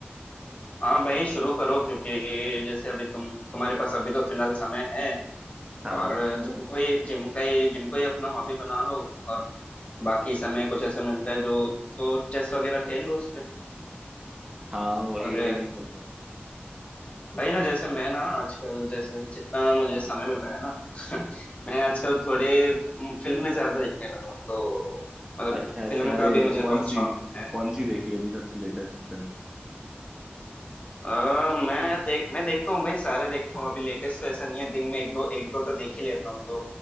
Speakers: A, on the left; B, on the right.
A: हाँ भाई शुरू करो क्योंकि जैसे अभी तुम तुम्हारे पास अभी तो फिलहाल समय है
B: हाँ
A: और जिम को ही जिम का ही जिम को ही अपना हॉबी बना लो और बाकी समय कुछ ऐसा मिलता है जो तो चेस वगैरह खेल लो उस पे
B: हाँ वही
A: और
B: वही मैं सोच रहा हूँ
A: भाई ना जैसे मैं ना आजकल जैसे जितना मुझे समय मिल रहा है ना <laughs> मैं आजकल थोड़े फिल्में ज्यादा देखने लगा हूँ तो मतलब
B: अच्छा अच्छा
A: फिल्म
B: अरे
A: का भी मुझे बहुत
B: कौन सी
A: शौक है
B: कौन सी देखी अभी सबसे लेटेस्ट फिल्म
A: आ, मैं देख मैं देखता हूँ भाई सारे देखता हूँ अभी लेटेस्ट तो ऐसा नहीं है दिन में एक दो एक दो तो देख ही लेता हूँ तो